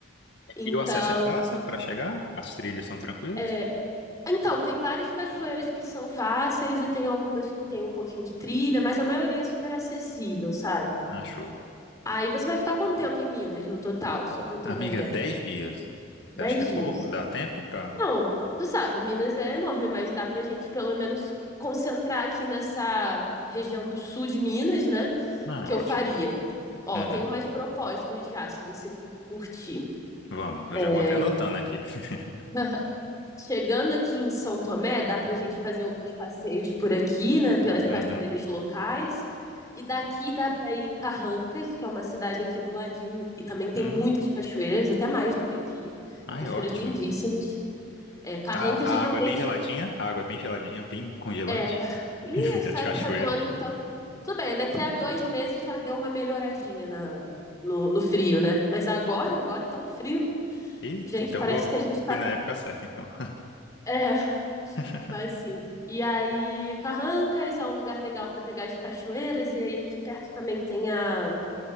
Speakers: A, on the left; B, on the left.
A: Então,
B: E o acesso é fácil para chegar? As trilhas são tranquilas?
A: é, então, tem várias cachoeiras que são fáceis e tem algumas que tem um pouquinho de trilha, mas a maioria é super acessível, sabe?
B: Ah, show.
A: Aí você vai ficar quanto tempo em Minas no total? Só pra eu ter
B: Amiga,
A: uma ideia.
B: 10 dias. Você
A: Dez
B: acha que é
A: dias.
B: pouco? Dá tempo para.
A: Não, tu sabe, Minas é enorme, mas dá pra gente pelo menos concentrar aqui nessa região do sul de Minas, né?
B: Ah,
A: Que eu
B: ótimo.
A: faria. Ó,
B: Uhum.
A: tem umas propostas já, se você curtir.
B: Vamos, eu
A: É...
B: já vou até anotando aqui. <laughs>
A: <laughs> Chegando aqui em São Tomé, dá para a gente fazer alguns passeios por aqui, né, pelas cachoeiras
B: Uhum.
A: locais. E daqui dá para ir em Carrancas, que é uma cidade aqui do ladinho, que também tem
B: Hum.
A: muitas cachoeiras, até mais do que aqui.
B: Ai,
A: Cachoeiras
B: ótimo.
A: lindíssimas. É, Carrancas
B: A,
A: realmente
B: a água é bem geladinha? A água é bem geladinha, bem congelante.
A: é. Ih,
B: <laughs>
A: essa
B: É de
A: época
B: cachoeira.
A: do ano, então. Tudo bem, daqui
B: É.
A: a dois meses já deu uma melhoradinha na, no, no frio, né? Mas agora, agora tá um frio.
B: Eita,
A: Gente,
B: então
A: parece
B: vou,
A: que
B: vou-
A: a gente tá.
B: fui na época certa, então.
A: É,
B: <laughs>
A: Vai sim. E aí, Carrancas é um lugar legal para pegar as cachoeiras. E aí, aqui perto também tem a